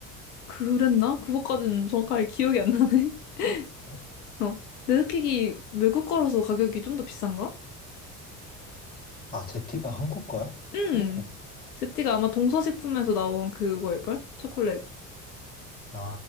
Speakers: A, on the left; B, on the left.
A: 그랬나? 그거까지는 정확하게 기억이 안 나네.
B: 네?
A: <laughs> 어. 네스킥이 외국 거라서 가격이 좀 더 비싼가?
B: 아, 제티가 한국 거야?
A: 음.
B: 한국 거
A: 제티가 아마 동서식품에서 나온 그거일걸? 초콜릿.
B: 아,